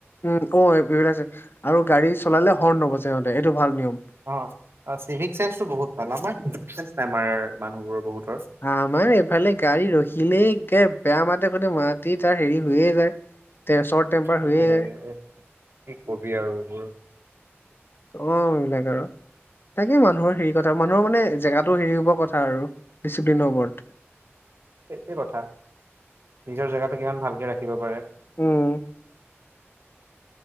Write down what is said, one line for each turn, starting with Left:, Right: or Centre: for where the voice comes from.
Left: উম অঁ, এইবিলাকছে আৰু গাড়ী চলালে হৰ্ণ নবজাই সিহঁতে এইটো ভাল নিয়ম।
Right: অঁ চিভিক চাইন্সটো বহুত ভাল, আমাৰ চিভিক চেন্স নাই আমাৰ মানুহবোৰ বহুতৰ
Left: আমাৰ এইফালে গাড়ী ৰখিলেই একে বেয়া মাতে সতে মাতি তাৰ হেৰি হৈয়ে যায়। তে চৰ্ট টেম্পাৰ
Right: এ
Left: হৈয়ে যায়।
Right: কি কবি আৰু এইবোৰ।
Left: অঁ এবিলাক আৰু তাকে মানুহৰ হেৰি কথা মানুহৰ মানে জেগাটো হেৰি হ'ব কথা আৰু ডিচিপ্লিনৰ ওপৰত। <inaudible>
Right: সেইটোৱে কথা নিজৰ জেগাটো কিমান ভালকে ৰাখিব পাৰে।
Left: উম।